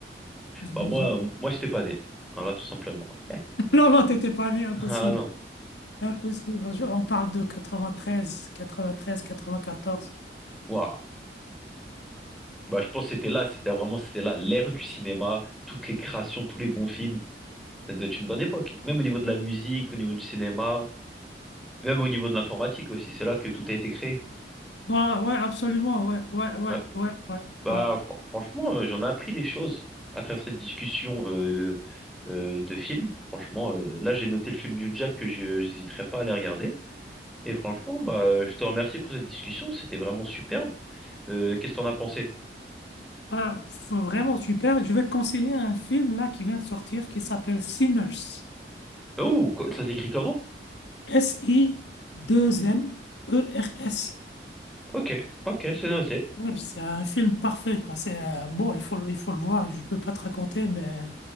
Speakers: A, on the left (about 80°); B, in the centre.
A: 12
B: Bah moi,
A: ans.
B: euh,
A: <laughs>
B: moi, j'étais pas né. Voilà, tout simplement. <laughs>
A: Non, non, t'étais pas né, impossible.
B: Ah non.
A: Impossible. Je- On parle de quatre-vingt-treize, quatre-vingt-treize, quatre-vingt-quatorze.
B: Waouh. Bah, je pense que c'était là, c'était vraiment c'était là l'ère du cinéma, toutes les créations, tous les bons films. Ça doit être une bonne époque. Même au niveau de la musique, au niveau du cinéma, même au niveau de l'informatique aussi. C'est là que tout a été créé.
A: Ah. Ouais, ouais, absolument. Ouais, ouais, ouais,
B: Ouais.
A: ouais, ouais,
B: Bah,
A: ouais.
B: fr- franchement, euh, j'en ai appris des choses à travers cette discussion euh, euh, de films. Franchement, euh, là, j'ai noté le film New Jack que je n'hésiterai pas à aller regarder. Et franchement, bah, je te remercie pour cette discussion. C'était vraiment superbe. Euh, qu'est-ce que t'en as pensé?
A: Ah, faut vraiment super. Je vais te conseiller un film là qui vient de sortir qui s'appelle Sinners.
B: Oh, co- ça s'écrit comment?
A: S-I-2-N-E-R-S.
B: Ok, ok, c'est noté.
A: Ouais, C'est un film parfait, quoi. C'est euh, bon, il faut, le- il faut le voir. Je peux pas te raconter, mais